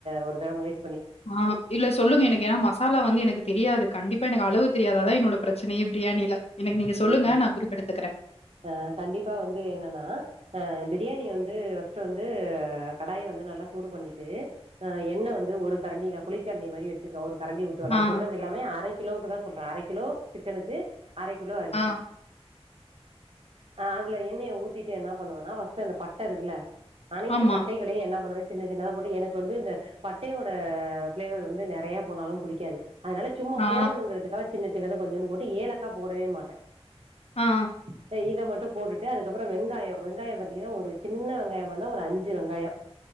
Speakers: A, on the right (about 65°); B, on the left (about 70°).
A: ஒரு தடவ முயற்
B: ஆஹ் இல்ல சொல்லுங்க எனக்கு ஏன்னா மசாலா வந்து எனக்கு தெரியாது கண்டிப்பா எனக்கு அளவு தெரியாது அதான் என்னோட பிரச்சனையே பிரியாணில எனக்கு நீங்க சொல்லுங்க
A: உம்
B: நா குறிப்பெடுத்துக்கிறே
A: ஆஹ் கண்டிப்பா வந்து என்னன்னா அஹ் பிரியாணி வந்து ஃபஸ்ட்டு வந்து கடாய வந்து நல்லா சூடு பண்ணிட்டு எண்ணெய் வந்து ஒரு கரண்டி நான் குளிக்கரண்டி மாரி வச்சிருக்கேன் ஒரு கரண்டி ஊத்துவன் நான்
B: ஆ
A: சொல்றது எல்லாமே அரைக் கிலோவுக்கு தான் சொல்றேன் அரை கிலோ சிக்கனுக்கு அரை கி லோ அரிசி
B: ஆ
A: ஆஹ் அதுல எண்ணெய ஊத்திட்டு என்ன பண்ணுவனா ஃபர்ஸ்ட் அந்த பட்ட இருக்குல அனைத்து
B: ஆமா
A: பட்டைகளையு என்ன பண்ணுவே சின்ன சின்னதா போட்டு எனக்கு வந்து இந்த பட்டேயோட ஃபிளேவர் வந்து நெறைய போனாலு புடிக்காது அதுனால சும்மா
B: ஆ
A: போடணுங்கிறதுகாச் சின்ன சின்னதா கொஞ்ஜோன்டு போட்டு ஏலக்கா போடவே மாட்ட
B: ஆ
A: இப்ப இத மட் டு போட்டுட்டு அதுக்கப்புறோ வெங்காயோ வெங்காயம் பாத்தீங்கனா ஒரு சின்ன வெங்காயமார்ந்தா ஒரு அஞ்சு வெங்காயோ